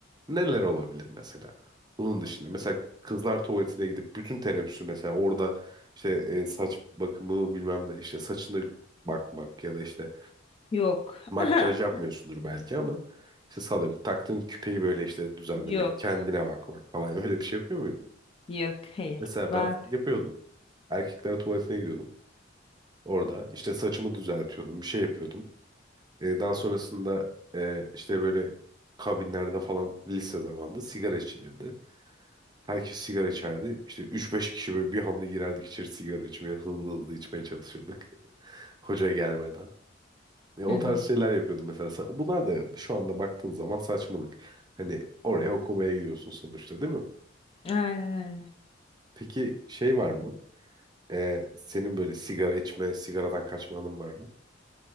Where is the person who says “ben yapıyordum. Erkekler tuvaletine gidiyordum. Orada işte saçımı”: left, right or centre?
Right